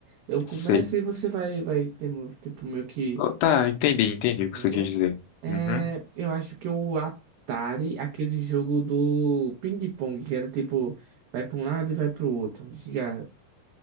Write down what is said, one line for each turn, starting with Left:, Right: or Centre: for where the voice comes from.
Right: Eu começo
Left: sei.
Right: e você vai, vai ter, mo- tipo, meio que,
Left: Oh, tá, entendi, entendi o que
Right: entendeu?
Left: você quis dizer.
Right: Eh,
Left: Uhum.
Right: eu acho que o Atari, aquele jogo do ping-pong, que era tipo, vai para um lado e vai pro outro, já,